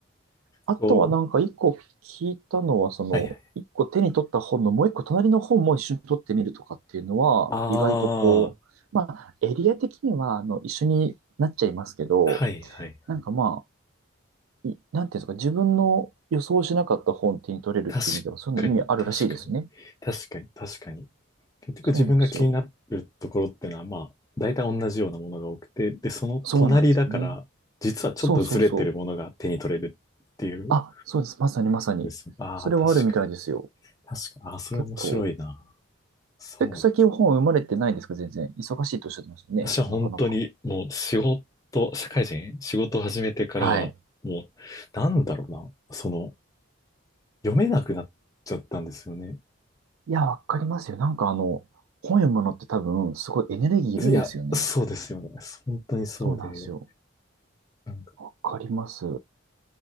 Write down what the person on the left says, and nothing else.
こう。
はいはい。
ああ、
は
いはいはい。
確
かに、確かに。確かに、確かに。結局自分が気になるところってのは、
まあ、大体同じようなものが多くて、で、その隣だから、
実はちょっとずれてるものが手に取れるっていうこ
とです。ああ、
確かに。確かに。ああ、それ面白いな。
そう
私は本当にもう仕事、
社会人、仕事を始めてからは、
もう、なんだろうな、その、読めなくなっちゃったんですよね。
いや、そうですよね。本当にそうで、
なんか